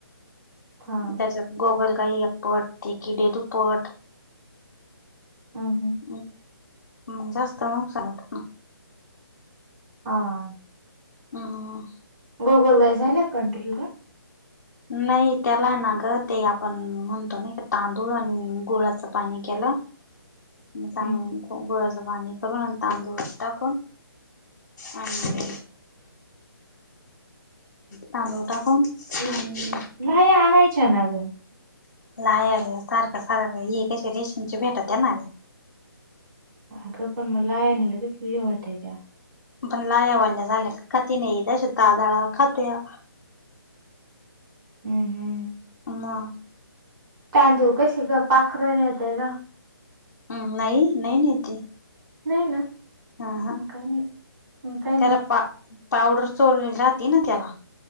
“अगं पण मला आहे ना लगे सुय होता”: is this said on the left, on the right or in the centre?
Right